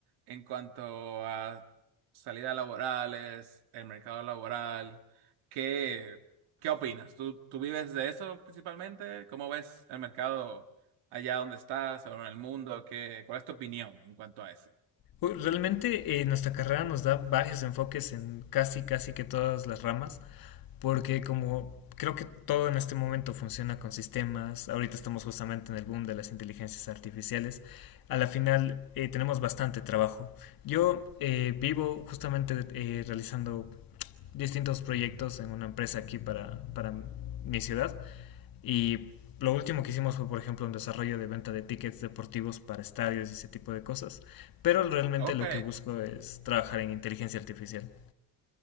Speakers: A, on the right; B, on the left.
A: en cuanto a salidas laborales, el mercado laboral, ¿qué, qué opinas? ¿Tú, tú vives de eso principalmente? ¿Cómo ves el mercado allá donde estás o en el mundo? ¿Qué, cuál es tu opinión en cuanto a eso?
B: Uy, Realmente eh, nuestra carrera nos da varios enfoques en casi, casi que todas las ramas. porque como creo que todo en este momento funciona con sistemas, ahorita estamos justamente en el boom de las inteligencias artificiales, a la final eh, tenemos bastante trabajo. Yo eh, vivo justamente eh, realizando distintos proyectos en una empresa aquí para, para mi ciudad y lo último que hicimos fue, por ejemplo, un desarrollo de venta de tickets deportivos para estadios y ese tipo de cosas, pero realmente
A: Ok,
B: lo que busco es trabajar en inteligencia artificial.